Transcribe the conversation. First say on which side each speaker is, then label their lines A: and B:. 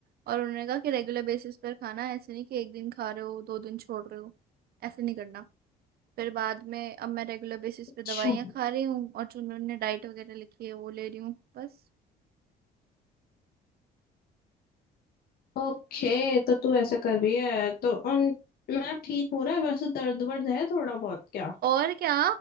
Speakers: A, on the right (about 65°); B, on the left (about 60°).
A: और उन्होंने कहा कि रेगुलर बेसिस पर खाना है, ऐसे नहीं कि एक दिन खा रहे हो दो दिन छोड़ रहे हो ऐसे नहीं करना फिर बाद में अब मैं रेगुलर बेसिस
B: अच्छा
A: पे दवाइयाँ खा रही हूँ और जो उन्होंने डाइट वगैरह लिखी है वो ले रही हूँ बस
B: ओके तो तू ऐसा कर रही है तो उन मतलब ठीक हो रहा है वैसे दर्द वर्द है थोड़ा बहुत क्या
A: और क्या